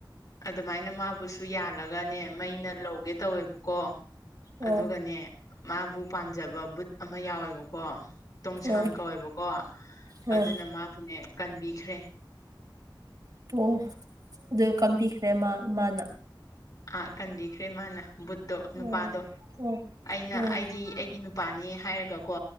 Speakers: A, on the left; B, on the right.
A: ꯑꯗꯨꯃꯥꯏꯅ ꯃꯥꯕꯨꯁꯨ ꯌꯥꯜꯂꯒꯅꯦ ꯃꯩꯅ ꯂꯧꯒꯦ ꯇꯧꯋꯦꯕꯀꯣ
B: ꯑꯣ
A: ꯑꯗꯨꯒꯅꯦ ꯃꯥꯕꯨ ꯄꯥꯝꯖꯕ ꯕꯨꯠ ꯑꯃ ꯌꯥꯎꯋꯦꯕꯀꯣ ꯇꯣꯡꯁꯥꯡ
B: ꯑꯣ
A: ꯀꯧꯋꯦꯕꯀꯣ
B: ꯑꯣ
A: ꯑꯗꯨꯅ ꯃꯥꯕꯨꯅꯦ ꯀꯟꯕꯤꯈ꯭ꯔꯦ
B: ꯑꯣ ꯑꯗꯨ ꯀꯝꯕꯤꯈ꯭ꯔꯦ ꯃꯥ ꯃꯥꯅ
A: ꯑꯥ ꯀꯟꯕꯤꯈ꯭ꯔꯦ ꯃꯥꯅ ꯕꯨꯠꯇꯣ ꯅꯨꯄꯥꯗꯣ
B: ꯑꯣ ꯑꯣ
A: ꯑꯩꯅ
B: ꯎꯝ
A: ꯑꯩꯒꯤ ꯑꯩꯒꯤ ꯅꯨꯞ ꯄꯥꯅꯦ ꯍꯥꯏꯔꯒꯀꯣ